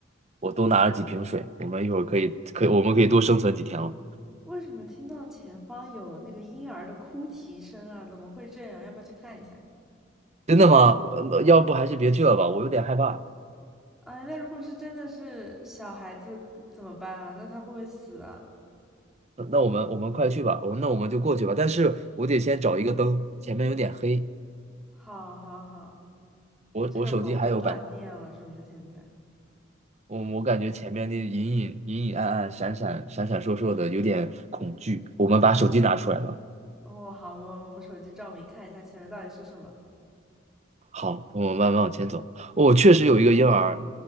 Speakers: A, on the right; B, in the centre.
A: 我多拿了几瓶水，我们一会儿可以可以我们可以多生存几天了。
B: 为什么听到前方有那个婴儿的哭啼声啊？怎么会这样？要不要去看一下？
A: 真的吗？我那要不还是别去了吧，我有点害怕。
B: 哎，那如果是真的是小孩子怎么办啊？那他会不会死啊？
A: 那那我们我们快去吧，我那我们就过去吧。但是我得先找一个灯，前面有点黑，
B: 好，好，好，
A: 我我手机还有百。
B: 这个楼都断电了，是不是现在？
A: 我我感觉前面那隐隐隐隐暗暗、闪闪闪闪烁烁的，有点恐惧。我们把手机拿出来吧。
B: 哦，好，我我们手机照明看一下前面到底是什么。
A: 好，我们慢慢往前走。哦，确实有一个婴儿，